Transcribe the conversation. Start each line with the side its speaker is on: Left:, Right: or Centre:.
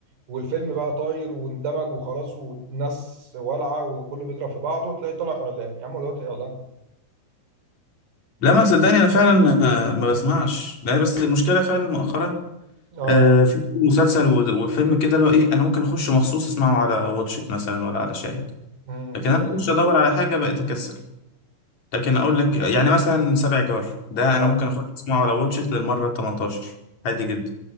Right: والفيلم بقى طاير واندمج وخلاص والناس والعه وكله بيضرب في بعضه تلاقي طلع اعلان يا عم هو دلوقتي اعلان
Left: <laughs> لا ما صدقني انا فعلا آه، ما بسمعش لا بس المشكله فعلا مؤخرا
Right: اه
Left: آه، في مسلسل و- وفيلم كده اللي هو ايه انا ممكن اخش مخصوص اسمعه على واتشت مثلا ولا على شاهد
Right: امم
Left: لكن انا
Right: زي
Left: اخش
Right: ايه
Left: ادور على حاجه بقيت اكسل لكن اقول لك يعني مثلا سبع جار ده
Right: اه
Left: انا ممكن اخش اسمعه على واتشت للمره 18 عادي جدا